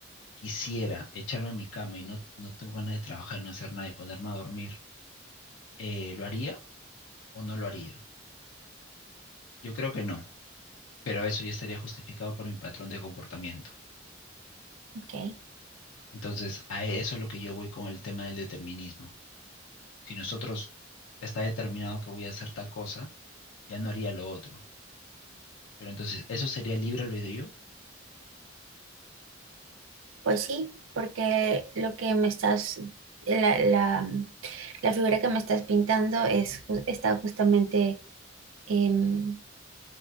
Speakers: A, on the left (about 75°); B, on the right (about 90°).
A: quisiera echarme en mi cama y no, no tengo ganas de trabajar, no hacer nada y ponerme a dormir, eh, ¿lo haría o no lo haría? Yo creo que no, pero eso ya estaría justificado por mi patrón de comportamiento.
B: ok.
A: Entonces, a eso es lo que yo voy con el tema del determinismo. Si nosotros está determinado que voy a hacer tal cosa, ya no haría lo otro. Pero entonces, ¿eso sería libre albedrío?
B: Pues sí, porque lo que me estás, la, la, la figura que me estás pintando es, ju- está justamente em,